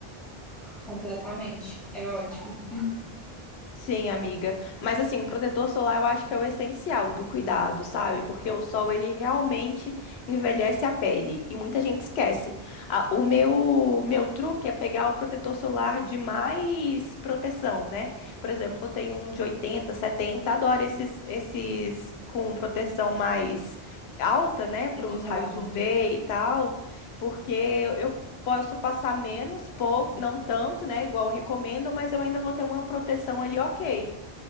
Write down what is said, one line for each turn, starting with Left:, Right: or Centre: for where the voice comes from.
Centre: completamente. É ótimo.
Left: Sim, amiga. Mas assim, o protetor solar eu acho que é o essencial do cuidado, sabe? Porque o sol ele realmente envelhece a pele e muita gente esquece. Ah, o meu meu truque é pegar o protetor solar de mais proteção, né? Por exemplo, eu tenho um de 80, 70, adoro esses esses com proteção mais alta, né, para
Centre: Elevada.
Left: os raios UV e tal, porque eu Posso passar menos, pouco, não tanto, né? Igual recomendam, mas eu ainda vou ter uma proteção ali, ok.